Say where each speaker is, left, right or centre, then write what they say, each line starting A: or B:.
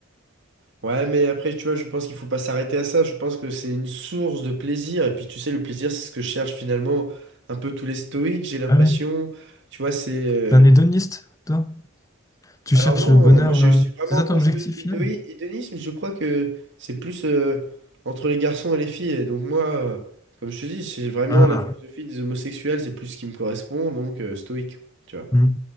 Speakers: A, on the right (about 60°); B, on the left (about 15°).
A: Ouais, mais après, tu vois, je pense qu'il faut pas s'arrêter à ça. Je pense que c'est une source de plaisir. Et puis, tu sais, le plaisir, c'est ce que cherchent finalement un peu tous les stoïques, j'ai l'impression.
B: Ah ouais.
A: Tu vois, c'est... euh,
B: T'es un hédoniste, toi? Tu
A: Alors
B: cherches
A: non,
B: le bonheur.
A: moi, je
B: euh,
A: suis vraiment
B: C'est ça
A: très
B: ton objectif
A: stoïque. Idoi-
B: final?
A: Hédonisme, je crois que c'est plus euh, entre les garçons et les filles. Et donc moi, euh, comme je te dis, c'est vraiment
B: Ah.
A: la philosophie des homosexuels, c'est plus ce qui me correspond. Donc, euh, stoïque, tu vois,
B: hmm.